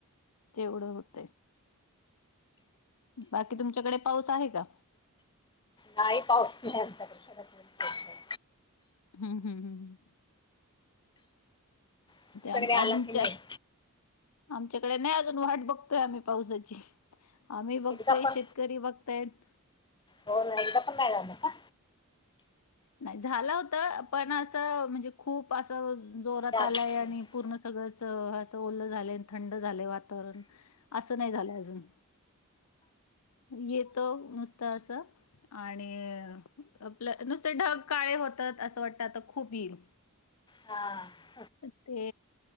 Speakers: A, on the left; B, on the left.
A: तेवढं होतंय बाकी तुमच्याकडे पाऊस आहे का
B: नाहीय पाऊस नुसतं घडघडतंय
A: हम्म हम् हम् ह्
B: तुमच्याकडे
A: आम च्या
B: आला
A: तुमच्या
B: की नाही?
A: आमच्याकडे नाही अजून वाट बघ बघ तोय आम्ही पावसाची आम्ही बघतोय
B: एकदा पण
A: शेतकरी बघतायत
B: हो ना इकडेपण नाय झाला का
A: नाही झालं होत पण असं म्हणजे खूप असं जोरात
B: जास्त
A: आलाय आणि पूर्ण सगळंच असं ओलं झालंय थंड झालंय वातावरण असं नाही झालं अजून येत नुसत त असं आणि आपलं नुसतं ढग काळे होतत असं वाटत खूप येईल
B: हा
A: ते